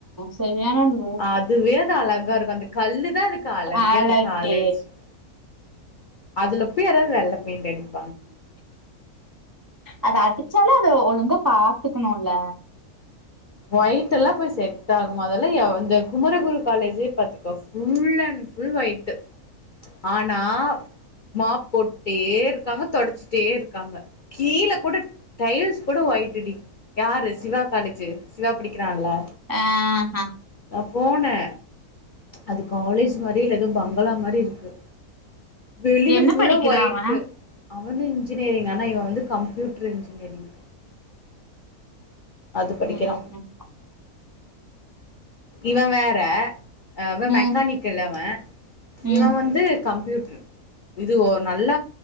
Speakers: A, on the right; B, on the left.
A: செரியானது
B: அதுவே அது அழகா இருக்கு அந்த கல்லுதா இதுக்கு அழகே
A: அழகு
B: அந்த காலேஜுக்கு அதுல போய் யாராவ்து வெள்ள பெய்ண்ட் அடிப்
A: அத அடிச்சாலு அத ஒழுங்கா பாத்துக்கணுல்ல
B: ஒய்டெல்லா போய் செட் ஆகுமா அதெல்லா எவ் இந்த குமரகுரு காலேஜே பாத்துக்கோ ஃபுல் அண்ட் ஃபுல் ஒய்ட்டு் ஆனா மாப் போட்டே இருக்காங்க தொடச்சுட்டே இருக்காங்க கீழ கூட டைல்ஸ் கூட ஒய்ட்டுடி யாரு சிவா காலேஜு சிவா படிக்கிறான்ல
A: ஆ ஹ
B: நா போனே அது காலேஜ் மாரியே இல்ல எதோ பங்களா மாரி இருக்கு வெளிய
A: என்ன
B: ஃபுல்லா
A: படிக்கிறா
B: ஒய்ட்டு
A: அவ
B: அவனு இன்ஜினியரிங் ஆனா இவ வந்து கம்யூட்ரு இன்ஜினியரிங் அது படிக்கிறா
A: ம் ம்
B: இவ வேற அவ
A: ம்
B: மெக்கானிக்கல் அவ
A: ம்
B: இவ வந்து கம்ப்யூட்ரு இது ஒரு நல்ல